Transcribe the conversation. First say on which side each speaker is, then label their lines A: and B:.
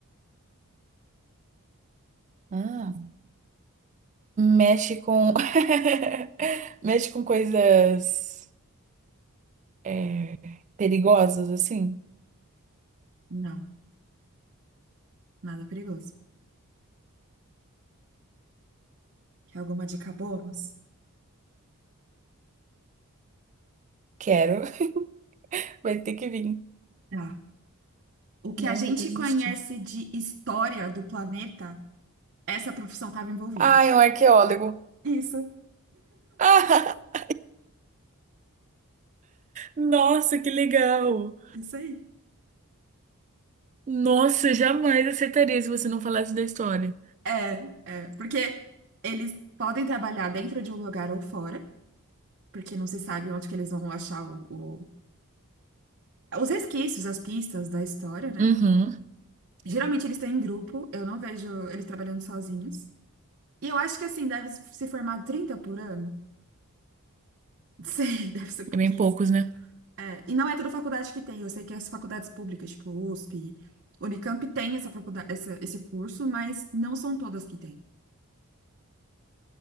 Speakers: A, on the right; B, on the right.
A: Hum. Mexe com. <laughs> Mexe com coisas é, perigosas, assim?
B: Não, nada perigoso. Quer alguma dica bônus?
A: Quero. <laughs> Vai ter que vir.
B: Tá. O que
A: Não
B: a gente
A: vou desistir.
B: conhece de história do planeta, essa profissão estava envolvida.
A: Ai, um arqueólogo.
B: Isso,
A: <laughs> Nossa, que legal!
B: isso aí.
A: Nossa, jamais acertaria se você não falasse da história.
B: É, é, porque eles podem trabalhar dentro de um lugar ou fora, porque não se sabe onde que eles vão achar o, o- os resquícios, as pistas da história, né?
A: Uhum.
B: Geralmente eles estão em grupo, eu não vejo eles trabalhando sozinhos. E eu acho que assim, deve se formar 30 por ano. <laughs> Sei, deve ser pouquíssimo.
A: É bem poucos, né?
B: É, e não é toda faculdade que tem. Eu sei que as faculdades públicas, tipo USP, Unicamp, tem essa faculdade, essa- esse curso, mas não são todas que tem.